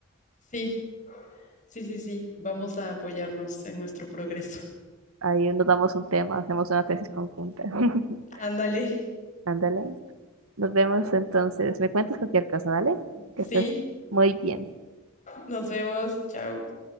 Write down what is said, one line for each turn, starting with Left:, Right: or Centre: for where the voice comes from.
Left: Sí, sí, sí, sí, vamos a apoyarnos en nuestro progreso.
Right: Ahí nos damos un tema, hacemos una tesis conjunta. <laughs>
Left: Ándale.
Right: Ándale, nos vemos entonces. Me cuentas cualquier cosa, ¿vale?
Left: Sí,
Right: Que estés muy bien.
Left: nos vemos. Chao.